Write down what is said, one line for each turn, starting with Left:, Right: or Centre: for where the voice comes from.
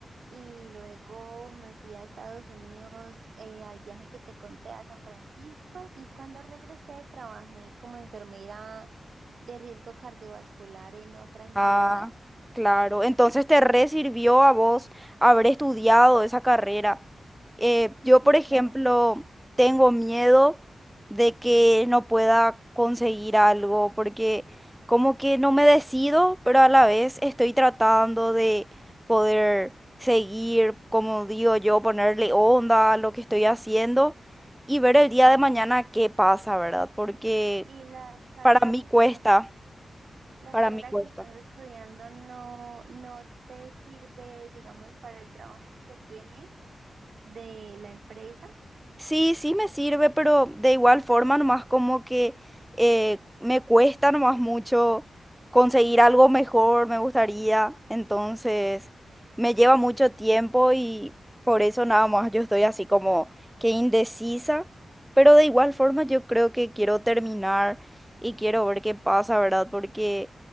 Right: y luego me fui a Estados Unidos eh, al viaje que te conté a San Francisco y cuando regresé trabajé como enfermera de riesgo cardiovascular en otra entidad.
Centre: Ah, claro. Entonces te re sirvió a vos haber estudiado esa carrera. Eh, yo,
Right: Sí,
Centre: por ejemplo,
Right: claro,
Centre: tengo miedo de que no pueda conseguir algo porque como que no me decido, pero a la vez estoy tratando de poder seguir, como digo yo, ponerle onda a lo que estoy haciendo y ver el día
Right: sí.
Centre: de mañana qué pasa, ¿verdad? Porque
Right: Y la carrera
Centre: para mí
Right: que estás,
Centre: cuesta,
Right: la
Centre: para
Right: carrera
Centre: mí cuesta.
Right: que estás estudiando no, no te sirve, digamos, para el trabajo que tienes de la empresa.
Centre: Sí, sí me sirve, pero de igual forma nomás como que eh, me cuesta nomás mucho conseguir algo mejor, me gustaría, entonces me lleva mucho tiempo y por eso nada más yo estoy así como que indecisa, pero de igual forma yo creo que quiero terminar y quiero ver qué pasa, ¿verdad? Porque